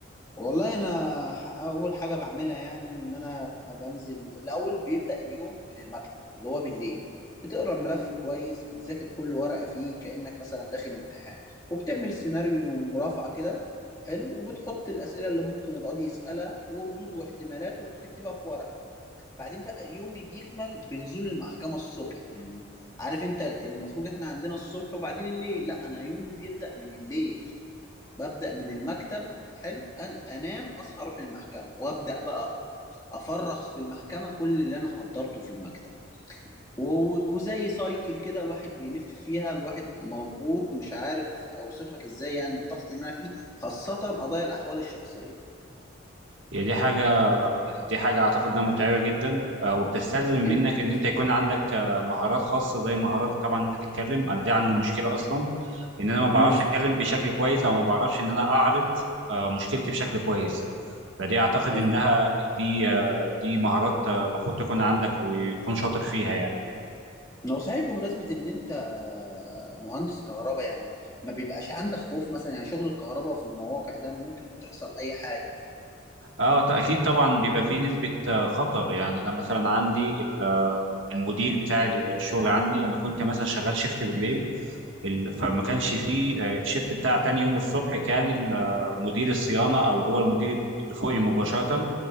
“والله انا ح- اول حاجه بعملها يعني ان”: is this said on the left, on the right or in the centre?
Left